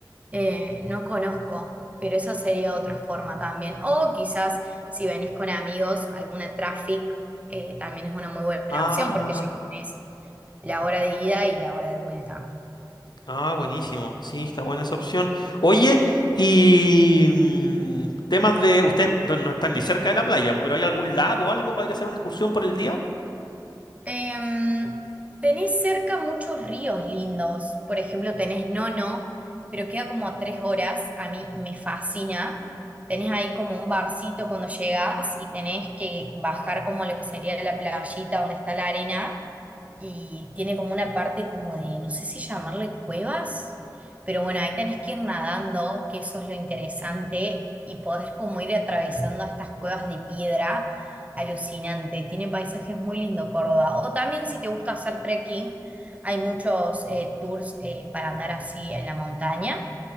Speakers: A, on the right; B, on the left.
A: Eh, no conozco, pero eso sería otra forma también. O quizás si venís con amigos, alguna traffic eh, también es una muy buena
B: Ah,
A: opción porque ya es la hora de ida y la hora de vuelta.
B: ah, buenísimo. Sí, está buena esa opción. Oye, y mm, temas de... Ustedes no, no están ni cerca de la playa, pero ¿hay algún lago o algo para ir a hacer una excursión por el día?
A: Em, tenés cerca muchos ríos lindos. Por ejemplo, tenés Nono, pero queda como a tres horas. A mí me fascina. Tenés ahí como un barcito cuando llegás y tenés que bajar como a lo que sería la playita donde está la arena y tiene como una parte como de, no sé si llamarle cuevas, pero bueno, ahí tenés que ir nadando, que eso es lo interesante, y podés como ir atravesando estas cuevas de piedra, alucinante, tiene paisajes muy lindo Córdoba, o también si te gusta hacer trekking, hay muchos eh, tours eh, para andar así en la montaña,